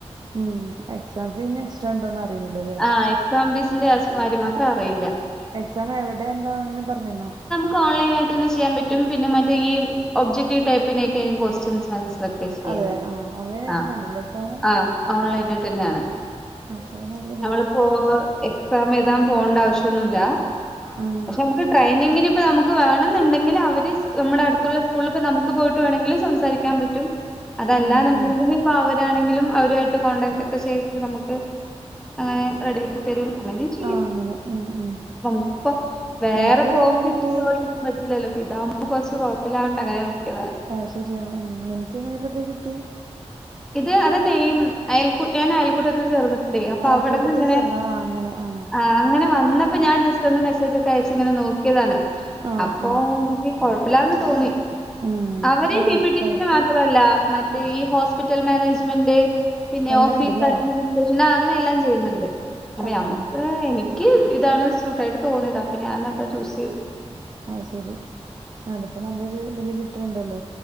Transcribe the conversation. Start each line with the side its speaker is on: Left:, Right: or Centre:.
Right: ഉം എക്സാം പിന്നെ എക്സ്ട്രാ ഇണ്ടോന്ന് അറിയ്യൂല്ലല്ലേ
Centre: ആഹ എക്സാം ഫീസിന്റെ അസ് മാത്രം അറിയില്ല
Right: എക്സാം എവടെ എന്താഅങ്ങനെ പറഞ്ഞന്നോ
Centre: ക്കോൺലൈനായിട്ടന്നെ ചെയ്യാൻ പറ്റും പിന്നെ മറ്റേ ഈ ഒബ്ജറ്റിവ് ടൈപ്പിനെ ഒക്ക <unintelligible> ക്ക ചെയ്യുന്നത്
Right: അതെ ആഹ് ഓൺലൈനായിട്ടന്നെ
Centre: ആ
Right: ഇണ്ടല്ലേ എക്സാമ്?
Centre: ആ ഓൺലൈനയിട്ട്ന്നെയാണ്
Right: ആ തോന്ന്ണ്ട്
Centre: മ്മളിപ്പോ എക്സാം എഴുതാൻ പോണ്ട ആവശ്യൊന്നുല്ല
Right: ഉം
Centre: പക്ഷെ നമുക്ക് ട്രെയിനിങ്ങിപ്പോ നമുക്ക് വേണെന്നുണ്ടെങ്കില് അവര് നമ്മുടെടുത്തുള്ള സ്കൂളഇപ്പോ നമുക്ക് പോയിട്ട വേണമെങ്കി സംസാരി ൻ പറ്റും അതല്ലന്ന്ണ്ടെങ്കിൽപ്പൊ
Right: ഉം ഉം
Centre: അവരാണെങ്കിലും അവരുരായിട്ട് കോണ്ടാക്ട് ഒക്കെ ചെയ്തിട്ട് നമുക്ക് അങ്ങനെ റെഡിയ ആക്കി തരും അല്ലെങ്കി ചെയ്യും
Right: ആഹ് അങ്ങനെ ഉം ഉം
Centre: <unintelligible> അൻ ക്ക്പ്പൊ വേറെപ്പൊ
Right: നിനക്കിപ്പത് എങ്ങനെ
Centre: ഓഫീസ്
Right: കിട്ടി
Centre: ജോലി പറ്റില്ലല്ലോ പ്പ ഇതാവുമ്പൊ കൊർച്ച് കൊഴപ്പില്ലാണ്ട് അങ്ങനെ നോക്കിയതാ
Right: പക്ഷെ <unintelligible> ഉം നിൻക്ക് എങ്ങനെ പ്പത് കിട്ടി
Centre: ഇത് അതാ നെയിമ് അയൽക്കൂ ഞാൻ അയൽക്കൂട്ടത്തിന് ചേർന്ന് അപ്പൊ
Right: അയൽക്കൂട്ടത്തിൽ
Centre: അവടന്ന് ഇങ്ങനെ
Right: ചേർന്ന ആഹ് അങ്ങനെ ആഹ്
Centre: ആ അങ്ങനെ വന്നപ്പോ ഞാൻ ജസ്റ്റ് ഒന്ന് മെസ്സേജോക്കെ അയച്ച് ഇങ്ങനെ നോ ഇതാണ്
Right: ആഹ്
Centre: അപ്പൊ
Right: ആഹ്
Centre: നിക്ക് കൊഴപ്പല്ലാന്ന് തോന്നി
Right: ഉം
Centre: അവര്
Right: ആഹ്
Centre: പി പി ടി
Right: കൊഴപ്പ
Centre: സിന്റെ മാത്രല്ല മറ്റേ ഈ ഹോസ്പിറ്റൽ മാനേജ്മെന്റ് പിന്നെ
Right: എല്ലാം
Centre: ഓഫീസ്
Right: ഉണ്ടല്ലേ
Centre: അഡ്മിനിസ്ട്രേഷൻ അങ്ങനെ എല്ലാം ചെയ്യുന്നുണ്ട്. അപ്പൊ
Right: ആഹ്
Centre: നമുക്ക് എനി ക്ക് ഇതാണ് സൂട്ടായിട്ട് തോന്നിതപ്പൊ ഞാാനതാ ചൂസ് ചെയ്ത്
Right: അത് ശെരി അതിപ്പോ നല്ലൊരു ഇതില് കിട്ട്ണണ്ടല്ലോ